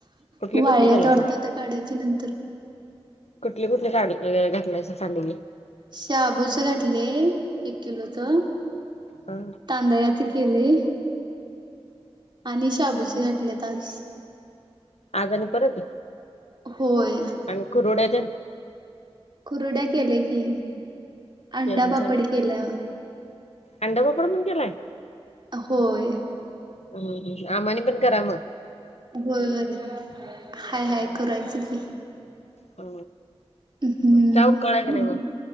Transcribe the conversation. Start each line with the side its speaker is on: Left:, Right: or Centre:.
Left: कुठली
Right: वाळ्यात
Left: कुठली केलासा?
Right: वाडत आता काढायची नंतर
Left: कुठली कुठली काढु, अ घातलायसां सांडगे
Right: शाबूच घातले. एक किलो च,
Left: हा
Right: तांदळाचे केले. आणि शाबूचे घाटल्यात आज
Left: आज आणि परत
Right: होय.
Left: आणि कुरुड्या तेनं
Right: कुरुड्या केल्या की अंडा
Left: केल्यास
Right: पापड
Left: आणि
Right: केला
Left: अंडा पापड पण केलाय?
Right: होय.
Left: हम्म, हम्म, आम्हानी पण करा म
Right: होय, हाय हाय करायचं की
Left: अ,
Right: हम्म
Left: म च्या ऊकळलाय क नाय म